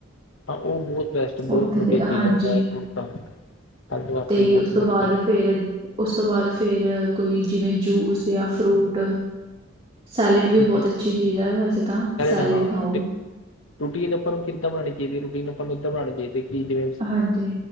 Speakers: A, on the left; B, on the right.
A: ਹਾਂ, ਉਹ ਬਹੁਤ ਬੈਸਟ ਬਹੁਤ
B: ਉੱਠਦੇ
A: ਵਧੀਆ ਚੀਜ਼
B: ਹਾਂਜੀ
A: ਆ, ਡਰਾਈ ਫਰੂਟ ਤਾਂ ਖਾਡ ਵਾਸਤੇ
B: ਤੇ
A: ਬਹੁਤੋੜੀ
B: ਉਸ ਤੋਂ ਬਾਅਦ
A: ਚੀਜ਼ ਹੈ।
B: ਫੇਰ ਉਸ ਤੋਂ ਬਾਅਦ ਫੇਰ ਕੋਈ, ਜਿਵੇਂ ਜੂਸ ਜਾਂ ਫਰੂਟ ਸੈਲਡ ਵੀ ਬਹੁਤ
A: ਜੀ
B: ਅੱਛੀ ਚੀਜ਼ ਹੈ ਵੈਸੇ ਤਾਂ, ਸੈਲਡ
A: ਹਾਂ
B: ਖਾਓ।
A: ਦੇਖ ਰੂਟੀਨ ਆਪਾਂ ਨੂੰ ਕਿੱਦਾਂ ਬਣਾਉਣੀ ਚਾਹੀਦੀ ਹੈ, ਰੂਟੀਨ ਆਪਾਂ ਨੂੰ ਇੱਦਾਂ ਬਣਾਉਣੀ ਚਾਹੀਦੀ ਕਿ ਜਿਵੇਂ
B: ਹਾਂਜੀ